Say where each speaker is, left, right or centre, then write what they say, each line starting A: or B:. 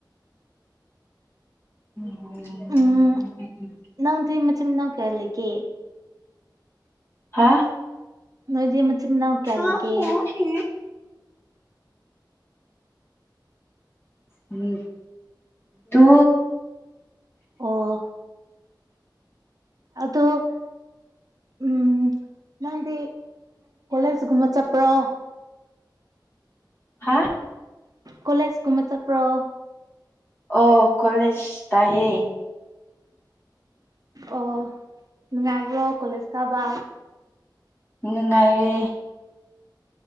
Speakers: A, on the left; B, on the right.
A: <unintelligible>
B: ꯎꯝ ꯅꯪꯗꯤ ꯃꯆꯤꯟ ꯃꯅꯥꯎ ꯀꯌꯥ ꯂꯩꯒꯦ
A: ꯍꯥ
B: ꯅꯣꯏꯗꯤ ꯃꯆꯤꯟ ꯃꯅꯥꯎ ꯀꯌꯥ
A: ꯑꯥ
B: ꯂꯩꯒꯦ
A: ꯍꯣ ꯍꯦ ꯎꯝ ꯇꯨ
B: ꯑꯣ ꯑꯗꯣ ꯎꯝ ꯅꯪꯗꯤ ꯀꯣꯂꯦꯖꯀꯨꯝꯕ ꯆꯠꯄ꯭ꯔꯣ
A: ꯍꯥ
B: ꯀꯣꯂꯦꯖ ꯀꯨꯝꯕ ꯆꯄ꯭ꯔꯣ
A: ꯑꯣ ꯀꯣꯂꯦꯖ ꯇꯥꯏꯌꯦ
B: ꯑꯣ ꯅꯨꯡꯉꯥꯏꯕ꯭ꯔꯣ ꯀꯣꯂꯦꯖ ꯀꯥꯕ
A: ꯅꯨꯡꯉꯥꯏꯔꯦ